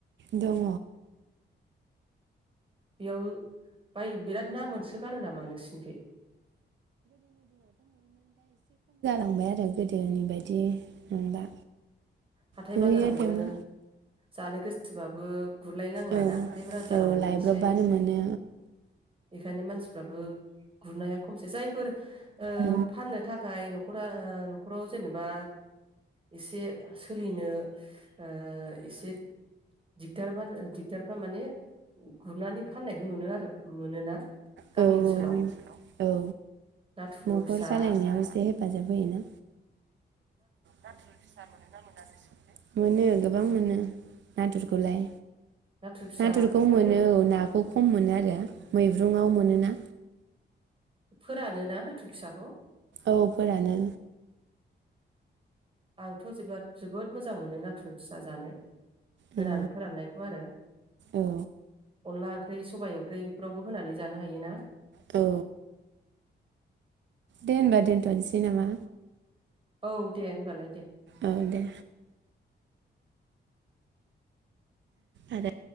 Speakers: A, on the right; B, on the right.
A: दङ
B: बेयाव बाय बिराद ना मोनसोगारो नामा नोंसिनिखै
A: थांबाय आरो गोदोनि बायदि नंला
B: हाथाय
A: गुरहैयो
B: बाजारावनो
A: थेवबो
B: जानो गोसो <unintelligible> गुरलाय नांलाना
A: औ
B: हाथाय बाजारावनो
A: औ लायब्रबबानो
B: मोनसै
A: मोनो
B: बेखायनो मानसिफ्राबो गुरनाया खमसै जायो फोर
A: औ
B: फाननो थाखाय न'खरा नखराव जेनेबा एसे सोलिनो ओ एसे दिगदारमोन दिगदारफ्रा माने गुरनानै फाननायखौ नुनो आरो मोनोना गामि
A: औ -औ
B: ओनसोलाव
A: - औ
B: नाथुर
A: न'खर
B: फिसा
A: सालायनायाव एसे हेब हेफाजाब होयोना नाथुर फिसा मोनो ना मोना नोंसोरनिथिं? मोनो गोबां मोनो नाथुरखौलाय
B: नाथुर फिसा
A: नाथुरखौ मोनो
B: ओ
A: औ नाखौ खम मोनो आरो मैब्रुङाव मोनोना?
B: फोरानोना नाथुर फिसाखौ
A: औ फोरानो
B: आंथ' जेब्ला जोबोद मोजां मोनो नाथुर फिसा जानो गोरान
A: औ
B: फोराननायखौ आरो
A: औ
B: अनला ओंख्रि ओंख्रि सबाइ ओंख्रि बेफोरावबो होनानै जानो हायो ना?
A: औ दे होनबा दोनथ'नोसै नामा
B: औ दे होनबालाय दे
A: औ दे आरो